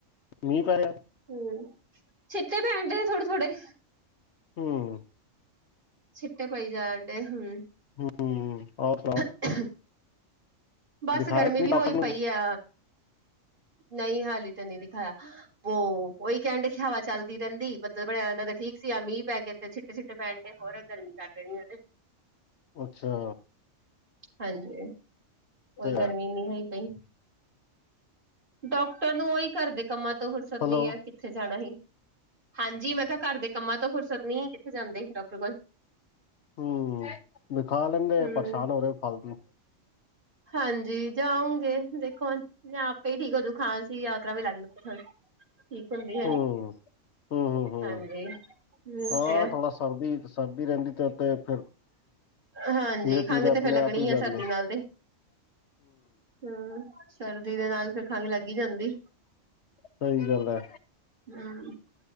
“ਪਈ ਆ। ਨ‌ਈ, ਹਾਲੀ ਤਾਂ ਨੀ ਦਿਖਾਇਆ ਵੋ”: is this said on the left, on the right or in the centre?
Right